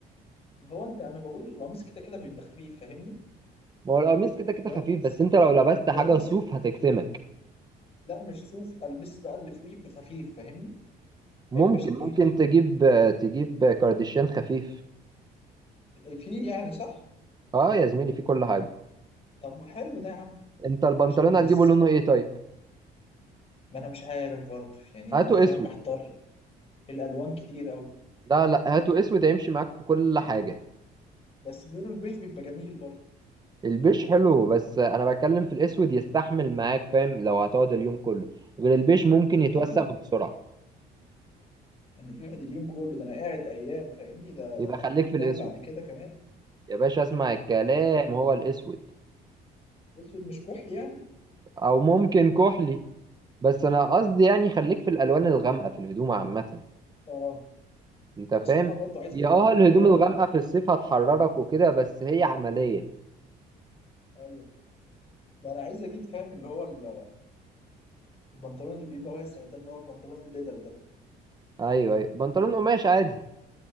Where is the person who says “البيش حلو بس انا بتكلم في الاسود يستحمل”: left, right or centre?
Right